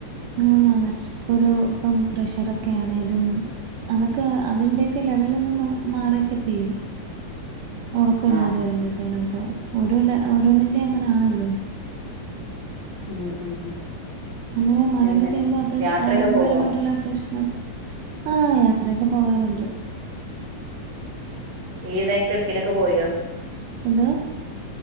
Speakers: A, on the right (about 75°); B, on the right (about 30°).
A: ആന്ന് ആന്ന് ഒരു ഇപ്പം പ്രഷറൊക്കെ ആണേലും അതൊക്കെ അതിന്റെയൊക്കെ ലെവല് ഒന്ന് മാറ്ഒക്കെ ചെയ്യും ഒറക്കം ഇല്ലാതെ
B: ആഹ് ആഹ്
A: വരുമ്പോഴത്തേനുനൊക്കെ ഓരോ ല ഓരോന്നിന്റെ അങ്ങനാണല്ലോ
B: ഉം ഉം
A: അങ്ങനെ മാറ്ക്കെ
B: പിന്നെ
A: ചെയ്യുമ്പോ അത്
B: യാത്രയൊക്കെ
A: ആരോഗ്യപരമായിട്ടുള്ള
B: പോകോ
A: പ്രശ്നം ആഹ് യാത്രയൊക്കെ പോവാറൊണ്ട്
B: ഈടായിട്ട് എടുക്കെ കിലൊക്കെ പോയോ
A: എന്തുവോ